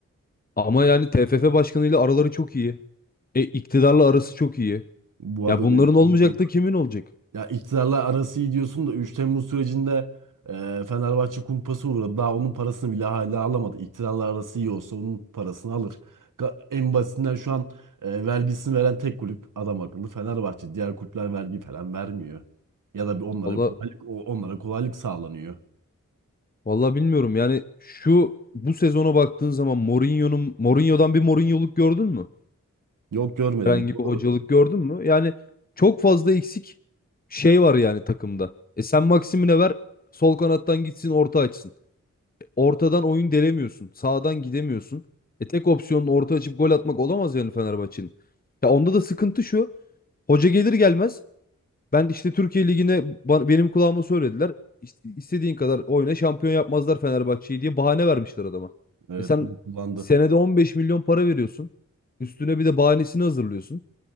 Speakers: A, on the left; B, on the right.
A: ama yani TFF başkanıyla araları çok iyi. E, iktidarla arası çok iyi.
B: Bu
A: Ya
B: arada
A: bunların
B: öyle bir
A: olmayacak
B: durum yok.
A: da kimin olacak?
B: Ya iktidarla arası iyi diyorsun da 3 Temmuz sürecinde e, Fenerbahçe kumpası uğradı. Daha onun parasını bile hala alamadı. İktidarla arası iyi olsa onun parasını alır. Ga- En basitinden şu an e, vergisini veren tek kulüp adam akıllı Fenerbahçe. Diğer kulüpler vergi falan vermiyor. Ya da bir onlara
A: Valla
B: kolaylık o- onlara kolaylık sağlanıyor.
A: valla bilmiyorum. Yani şu bu sezona baktığın zaman Mourinho'nun Mourinho'dan bir Mourinho'luk gördün mü?
B: Yok görmedim.
A: Herhangi
B: Bu
A: bir hocalık
B: Doğru.
A: gördün mü? Yani çok fazla eksik şey var yani takımda. E sen Maxim'ine ver, sol kanattan gitsin, orta açsın. Ortadan oyun delemiyorsun. Sağdan gidemiyorsun. E tek opsiyonun orta açıp gol atmak olamaz yani Fenerbahçe'nin. Ya onda da sıkıntı şu. Hoca gelir gelmez ben işte Türkiye Ligi'ne ba- benim kulağıma söylediler. İşte istediğin kadar oyna şampiyon yapmazlar Fenerbahçe'yi diye bahane vermişler adama.
B: Evet
A: E sen
B: bunu kullandı.
A: senede 15 milyon para veriyorsun. Üstüne bir de bahanesini hazırlıyorsun.